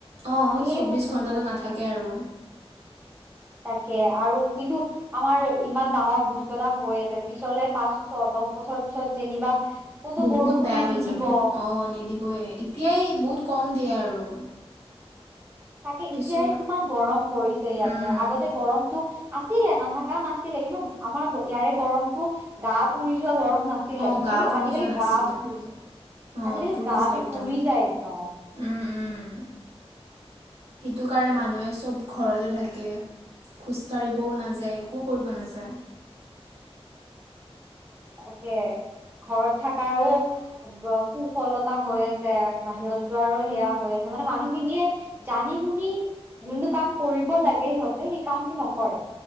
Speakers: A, on the right (about 20°); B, on the right (about 75°).
A: ত'
B: অঁ,
A: সেই
B: চৌব্বিছ
A: বস্তুটো
B: ঘণ্টাটো নাথাকে আৰু।
A: তাকে আৰু কিন্তু আমাৰ ইমান ডাঙৰ বস্তু এটা হৈ আছে, পিছলে পাঁচ ছ দহ বছৰ পিছত যেনিবা ক'তো
B: বহুত
A: বৰষুণে
B: বেয়া হৈ
A: নিদিব
B: যাব। অ, নিদিবই, এতিয়াই বহুত কম দিয়ে আৰু।
A: তাকে,
B: পিছত
A: এতিয়াই কিমান গৰম পৰিছে ইয়াতে,
B: উম
A: আগতে গৰমটো আছিলে, নাথাকা নাছিলে। কিন্তু আমাৰ ইয়াৰে গৰমতো গা পুৰি যোৱা গৰম নাছিল ছিলে,
B: অ গা
A: কিন্তু
B: পুৰি
A: আজিকালি
B: যোৱা নাছিলে
A: গা পুৰি য,
B: অ
A: আজিকালি
B: পুৰি
A: গাটো
B: যায় একদম
A: পুৰি যায় একদম। <inaudible>
B: উম উম সেইটো কাৰণে মানুহে চব ঘৰতে থাকে। খোজকাঢ়িবও নাযায়, একো কৰিব নাযায়।
A: তাকে, ঘৰত থাকাৰো কুফলতা হৈ আছে, বাহিৰত যোৱাৰো সেয়া হৈ আছে, মানে মানুহখিনিয়ে জানি শুনি যোনটো কাম কৰিব লাগে সিহঁতে, সেই কামটো নকৰে।